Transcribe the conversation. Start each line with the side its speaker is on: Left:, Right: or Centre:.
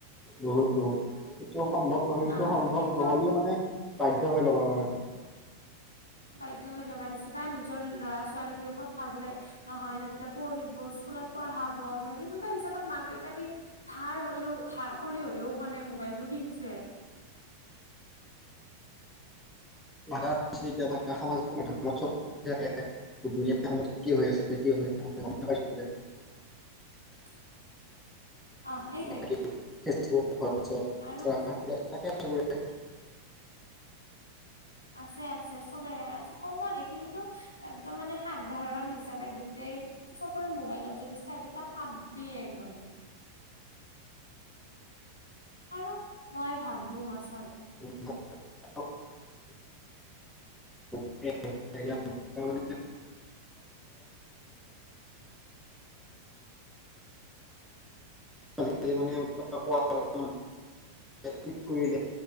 Centre: বহুত বহুত সেইটো
Left: কিন্তু
Centre: সম্ভৱ নহয় কিন্তু
Left: অ
Centre: সম্ভৱ
Left: কিন্তু
Centre: নহলেও মানে বাধ্য হৈ ল'ব কাৰণে,
Left: বাধ্য হৈ ল'বা দিছে বা নিজৰ ল'ৰা ছোৱালীটোৰ কথা বোলাই, নহয় সিহঁততে পঢ়িব স্কুলত পঢ়াব ধৰ সেনেকুৱা হিচাপত মাক দেউতাকে, ধাৰ হলেও ধাৰ কৰি হলেও মানে মোবাইলতটো কিনছে।
Centre: <unintelligible> দুনীয়াখনত কি হৈ আছে কি হৈ আম গম পাইছো যে,
Left: <inaudible> অ' সেইটোৱে।
Centre: বাকী ফেচবুক, হোৱাটছআপ
Left: আৰু
Centre: <unintelligible> থাকে চবৰে।
Left: আছে আছে আজি কমত এইখিনিতো একদম মানে সাধাৰণ হিচাপে গোটেই চকলৰে মোবাইলত যদি চাকে ত' পাবিয়ে একদম মানে। আৰু মই ভাবোঁ আচল
Centre: <unintelligible> <unintelligible> <unintelligible> <unintelligible> কি কৰিলে?